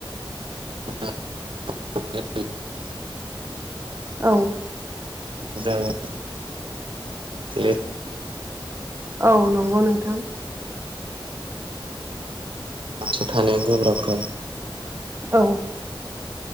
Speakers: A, on the right (about 70°); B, on the right (about 30°).
A: <unintelligible>
B: औ
A: जाबाय <inaudible>
B: औ नंगौ नोंथां।
A: मानसि थानाया गोब्राब
B: औ